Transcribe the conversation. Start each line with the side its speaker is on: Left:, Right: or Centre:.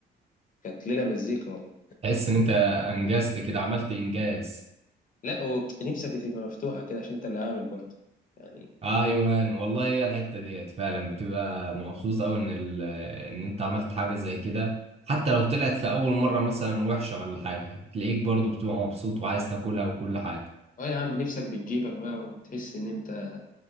Left: كانت ليلة مزيكا والله
Right: تحس ان انت انجزت كده عملت انجاز
Left: لا ونفسك تبقى مفتوحة كده عشان أنت اللي عامل برضه يعني
Right: ايوه والله هي الحته ديت فعلا بتبقى مبسوط قوي ان ال... ان انت عملت حاجه زي كده حتى لو طلعت في اول مره مثلا وحشه ولا حاجه تلاقيك برضو بتبقى مبسوط وعايز تاكلها وكل حاجه
Left: أه يا عم نفسك بتجيبك بقى وبتحس إن أنت